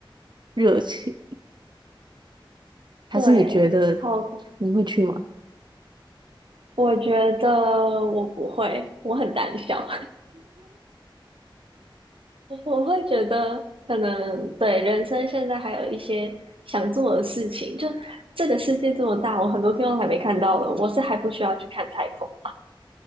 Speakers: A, on the right; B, on the right.
A: 热情？还是你觉得
B: 对，好，
A: 你会去吗？
B: 我觉得我不会，我很胆小。我会觉得，可能对人生现在还有一些想做的事情。就这个世界这么大，我很多地方还没看到的，我是还不需要去看太空啊。